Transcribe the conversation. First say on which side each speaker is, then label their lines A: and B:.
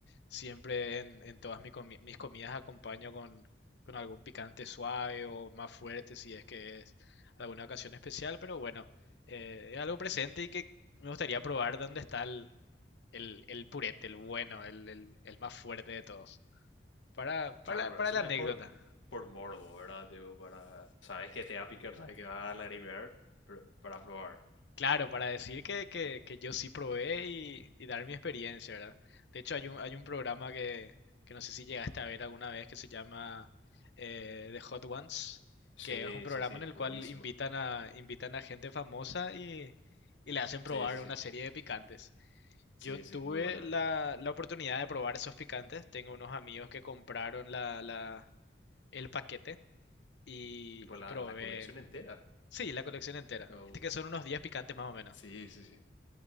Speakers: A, on the left (about 65°); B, on the left (about 85°).
A: Siempre en, en todas mi comi- mis comidas acompaño con, con algún picante suave o más fuerte si es que es alguna ocasión especial, pero bueno, eh, es algo presente y que me gustaría probar dónde está el, el, el purete, el bueno, el, el- el más fuerte de todos, para, para
B: Claro,
A: la,
B: pero
A: para
B: eso
A: la
B: ya
A: anécdota.
B: es por, por morbo, ¿verdad? Tipo, para... Sabes que te va a picar, sabes que va a lagrimear, pero para probar.
A: Claro, para decir que, que- que yo sí probé y, y dar mi experiencia, ¿verdad? De hecho, hay un, hay un programa que, que no sé si llegaste a ver alguna vez que se llama eh, The Hot Ones,
B: Sí,
A: que es un programa
B: sí, sí,
A: en el cual
B: buenísimo.
A: invitan a, invitan a gente famosa y, y le hacen probar
B: Sí, sí, sí.
A: una serie de picantes.
B: Sí,
A: Yo tuve
B: sí, muy bueno,
A: la,
B: muy bueno.
A: la oportunidad de probar esos picantes. Tengo unos amigos que compraron la, la- el paquete y,
B: Tipo
A: y
B: la,
A: probé.
B: la colección entera.
A: Sí, la colección entera.
B: Oh,
A: Este que son unos 10 picantes más o menos.
B: sí, sí, sí.